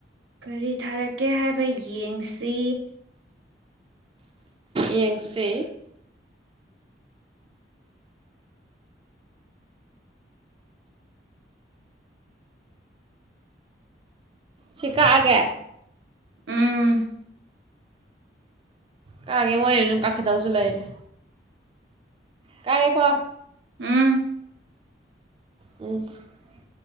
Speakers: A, on the right; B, on the right.
A: ꯀꯔꯤ ꯊꯥꯔꯛꯀꯦ ꯍꯥꯏꯕ ꯌꯦꯡꯁꯤ
B: ꯌꯦꯡ ꯁꯤ ꯁꯤ ꯀꯥꯛꯑꯒꯦ
A: ꯎꯝ
B: ꯀꯛꯑꯒꯦ ꯃꯣꯏꯅꯁꯨ ꯑꯗꯨꯝ ꯀꯛꯈꯤꯗꯧꯁꯨ ꯂꯩꯔꯦ ꯀꯛꯑꯒꯦꯀꯣ
A: ꯎꯝ
B: ꯎꯝ <inaudible>